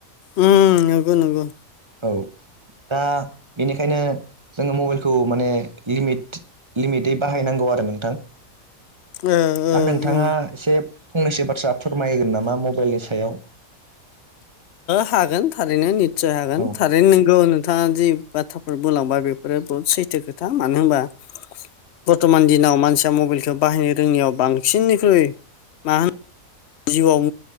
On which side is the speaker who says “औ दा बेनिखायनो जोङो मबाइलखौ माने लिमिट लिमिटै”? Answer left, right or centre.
Right